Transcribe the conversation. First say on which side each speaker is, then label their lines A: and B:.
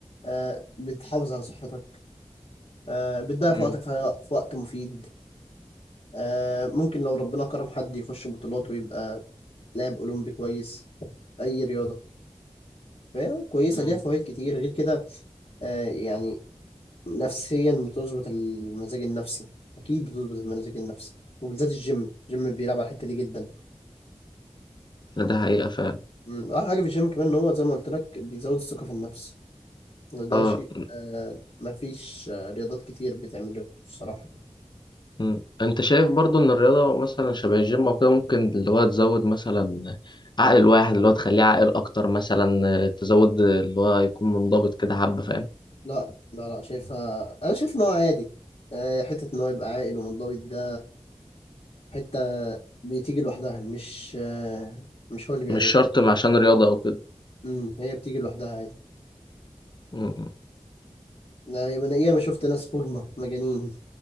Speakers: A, on the left; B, on the left.
A: آه بتحافظ على صحتك آه بتضيع
B: امم
A: في وقتك في في وقت مفيد آه ممكن لو ربنا كرم حد يخش بطولات ويبقى لاعب أولمبي كويس في أي رياضة فهي كويسة
B: امم.
A: ليها فوائد كتير غير كده آه يعني نفسيا بتظبط المزاج النفسي أكيد بتظبط المزاج النفسي وبالذات الجيم الجيم بيلعب على الحتة دي جدا
B: ده حقيقه فعلا
A: مم، احلى حاجه في الجيم كمان ان هو زي ما قلت لك بيزود الثقه في النفس وده
B: اه
A: شيء آه مفيش آه رياضات كتير بتعمله الصراحه
B: امم. انت شايف برضو ان الرياضه مثلا شبه الجيم او كده ممكن اللي هو تزود مثلا عقل الواحد اللي هو تخليه عاقل اكتر مثلا آه، تزود اللي هو يكون منضبط كده حبه فاهم
A: لا لا لا شايفها انا شايف ان هو عادي آه حته ان هو يبقى عاقل ومنضبط ده حته بتيجي لوحدها مش آه مش هو اللي بيعملها
B: مش شرط عشان رياضه او كده
A: امم هي بتيجي لوحدها عادي
B: امم.
A: لا، يا انا ياما شفت ناس فورمه مجانين